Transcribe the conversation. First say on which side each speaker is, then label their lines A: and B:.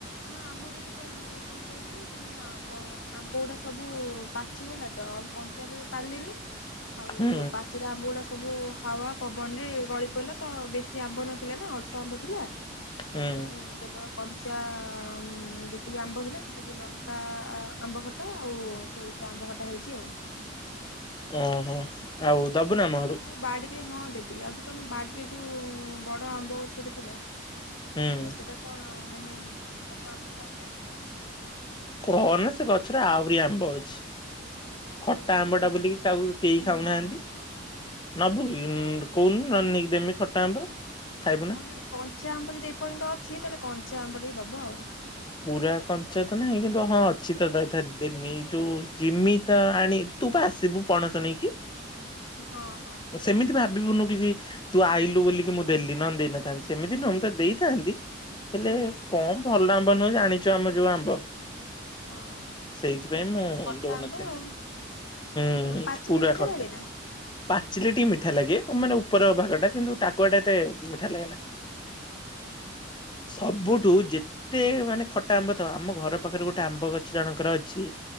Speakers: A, on the left; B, on the left.
A: ନା ଆମର ଏଠି କଣ କହିଲୁ ମାନେ କ ଆମ୍ବ ଗୁଡା ସବୁ ପାଚିଗଲା ତ ଆଉ କଞ୍ଚା ବେଳେ ପାରିଲନି ଆଉ
B: ହୁଁ
A: ପାଚିରେ ଆମ୍ୱ ଗଡ଼ା ସବୁ ସବୁ ହାୱା ପବନରେ ଗଳି ପଡ଼ିଲା ତ ବେଶୀ ଆମ୍ବ ନଥିଲା ନା ଅଳ୍ପ ଆମ୍ବ ଥିଲା ସେଥିପାଇଁ
B: ହୁଁ
A: କେବଳ କଞ୍ଚା ଆ ଯେତିକି ଆମ୍ବ ଥିଲା ସେତିକି ଲଙ୍କା ଆମ୍ବ ଖଟା ଆଉ ସୋରିଷ ଆମ୍ବ ଖଟା ହେଇଛି ଆଉ
B: ଓହୋ ଆଉ ଦବୁ ନା
A: ହଉ
B: ଆମ
A: ତମ
B: ଘରକୁ?
A: ସେ ଯୋଉ ବାଡି ହଁ ଦେବି ଆଉ ଯଉ ତମେ ବାଡିରେ ଯୋଉ ବଡ ଆମ୍ବ ଗଛ ଗୋଟେ ଥିଲା
B: ହୁଁ।
A: ସେଟା କଣ ମାନେ ସବୁ ଆମ୍ବ ସରିଲାଣି ନା ଅଛି।
B: କହନା ସେ ଗଛରେ ଆହୁରି ଆମ୍ବ ଅଛି। ଖଟା
A: ଓ
B: ଆମ୍ବ
A: ତମର
B: ଟା ବୁଲିକି
A: ହୁଁ
B: କାହାକୁ କେହି
A: ହୁଁ
B: ଖାଉନାହାନ୍ତି। ନବୁ କହୁନୁ ନହେଲେନେଇକି ଦେମି ଖଟା ଆମ୍ବ। ଖାଇବୁ
A: ହଁ
B: ନା।
A: ଯଦି କଞ୍ଚା ଆମ୍ବ ଯଦି ଏପର୍ଯ୍ୟନ୍ତ ଅଛି ତାହେଲେ କଞ୍ଚା ଆମ୍ବ ଟିକେ ଦବ ଆଉ।
B: ପୁରା କଞ୍ଚା ତ ନାହିଁ କିନ୍ତୁ ହଁ ଅଛି ତ ଯଥା ଦେମି ଯୋଉ ଜିମି ତ ଆଣି ତୁ ପା ଆସିବୁ ପଣସ ନେଇକି?
A: ହଁ ହଁ।
B: ସେମିତି ଭାବିବୁନୁ କିଛି ତୁ ଆଇଲୁ ବୋଲିକି ମୁଁ ଦେଲି ନହଲେ ଦେଇନଥାନ୍ତି ସେମିତି ନୁହ ମୁଁ ତ ତେଦେଇଥାନ୍ତି ହେଲେ
A: ହୁଁ
B: କଣ ଭଲ ଆମ୍ବ ନୁହଁ ଜାଣିଛ ଆମ ଯୋଉ ଆମ୍ବ
A: ହଁ ହଁ।
B: ସେଇଥିପାଇଁ
A: ତମର ସବୁ
B: ମୁ
A: ତ କଟା
B: ଦୋଉନଥିଲି।
A: ଆମ୍ବ ଆଉ
B: ହୁଁ ଏମିତିପୁରା
A: ତମର ପାଚିଲେ ମିଠା
B: ଖଟା।
A: ଲାଗେ ନା
B: ପାଚିଲେ ଟି ମିଠା ଲାଗେ ମାନେ ଉପର ଭାଗ ଟା କିନ୍ତୁ ଟା କୁଆ ଟା ଏତେ ମିଠା ଲାଗେ ନା।
A: <inaudible>
B: ସବୁଠୁ ଯେ ଯେ ମାନେ ଖଟା ଆମ୍ବ ତ ଆମ ଘର ପାଖରେ ଗୋଟେ ଆମ୍ବ ଗଛ ଜଣଙ୍କର ଅଛି